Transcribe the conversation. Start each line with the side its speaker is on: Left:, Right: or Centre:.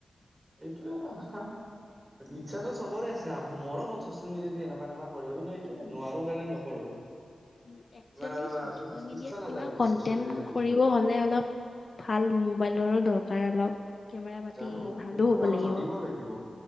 Right: এইটোৱে আশা ইচ্ছাটো চবৰে আছে আহোম মোৰো মন চচিয়েল মিডিয়াত এনকা -এনকা কৰিব কিন্তু এইটোৱে নোৱাৰো কাৰণে নকৰো।
Left: হম, একচুৱেলি
Right: ইমান আৰু
Left: চচিয়েল
Right: আ
Left: মিডিয়াত
Right: ইচ্ছা নাযায়
Left: কিবা কণ্টেণ্ট
Right: ছচিয়েল মিডিয়া ইমান ইউজ
Left: কৰিব হলে অলপ ভাল মোবাইলৰো দৰকাৰ অলপ। কেমেৰা পাতি
Right: জানো
Left: ভালো
Right: সেইটো
Left: হ'ব
Right: হয়
Left: লাগিব
Right: জানিবও লাগিব